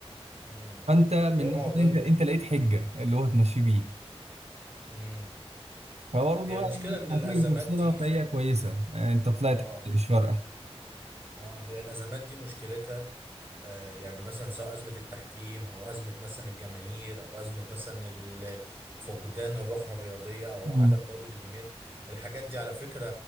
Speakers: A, on the right; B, on the right.
A: امم
B: فانت من
A: هي معضله
B: ناحية انت انت لقيت حجة اللي هو هتمشيه بيه
A: امم
B: فبرضه
A: هي المشكله
B: يعني
A: ان
B: هتيجي
A: الازمات
B: بتخسرها
A: دي
B: فهي
A: خ...
B: كويسة يعني انت طلعت
A: اه
B: حتى مش فارقة
A: اه هي الازمات دي مشكلتها آه، يعني مثلا سواء أزمة التحكيم أو أزمة مثلا الجماهير أو أزمة مثلا ال- فقدان الروح الرياضية أو
B: مم.
A: عدم تواجد الجماهير الحاجات دي على فكرة